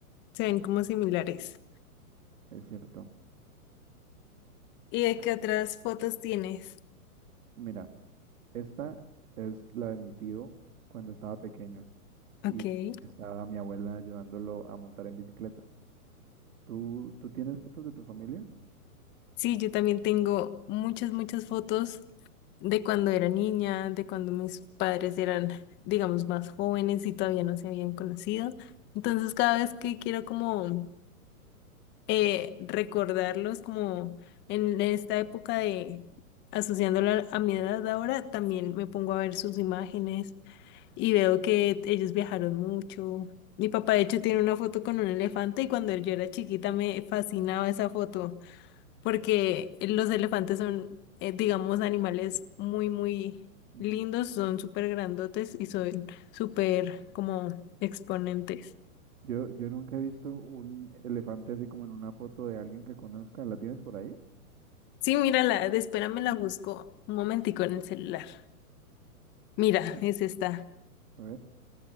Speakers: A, on the left; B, on the right.
A: Se ven como similares.
B: es cierto.
A: ¿Y de qué otras fotos tienes?
B: Mira. Esta es la de mi tío cuando estaba pequeño y
A: Ok.
B: estaba mi abuela ayudándolo a montar en bicicleta. ¿Tú, tú tienes fotos de tu familia?
A: Sí, yo también tengo muchas, muchas fotos. de cuando era niña, de cuando mis padres eran, digamos, más jóvenes y todavía no se habían conocido. Entonces, cada vez que quiero como eh, recordarlos como en en esta época de asociándolo a a mi edad ahora, también me pongo a ver sus imágenes y veo que ellos viajaron mucho. Mi papá, de hecho, tiene una foto con un elefante y cuando yo era chiquita me fascinaba esa foto porque los elefantes son, eh, digamos, animales muy, muy
B: Ujú.
A: lindos, son súper grandotes y son súper como exponentes.
B: Yo, yo nunca he visto un elefante así como en una foto de alguien que conozca. ¿La tienes por ahí?
A: Sí, mírala, de- espérame, la busco un momentico en el celular. Mira,
B: Sí.
A: es esta.
B: A ver,